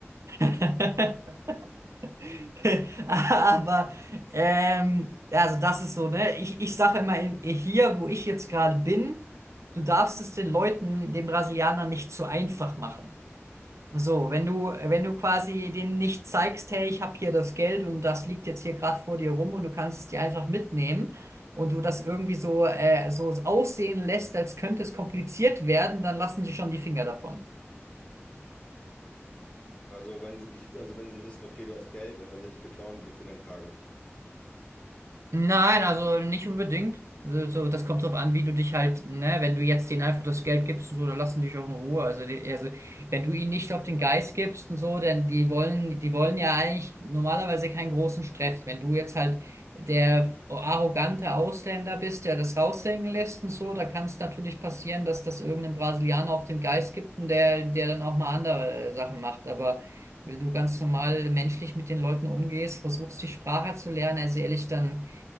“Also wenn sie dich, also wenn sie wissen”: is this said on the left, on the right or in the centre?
Left